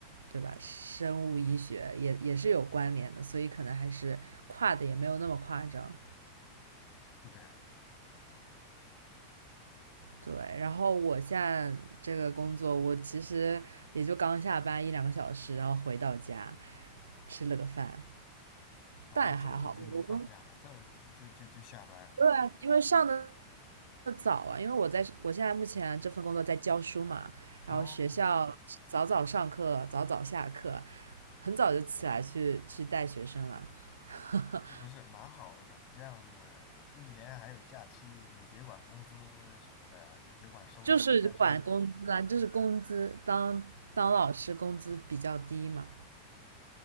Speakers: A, on the right; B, on the left.
A: 对吧？生物医学也也是有关联的，所以可能还是跨的也没有那么夸张。
B: 是这样
A: 对，然后我现在这个工作，我其实也就刚下班一两个小时，然后回到家吃了个饭，
B: 啊，
A: 但也还好。
B: 中午就能放假了，
A: 我工
B: 这就就就下班了。
A: 对啊，因为上的早啊，因为我在我现在目前这份工作在教书嘛，
B: 哦，
A: 然后学校早早上课，早早下课，很早就起来去去带学生了，<laughs>
B: 这不是蛮好的吗？你这样子一年还有假期，你别管工资什么的，你别管收入，
A: 就是管工资啊，
B: 但是，
A: 就是工资当当老师工资比较低嘛，
B: 嗯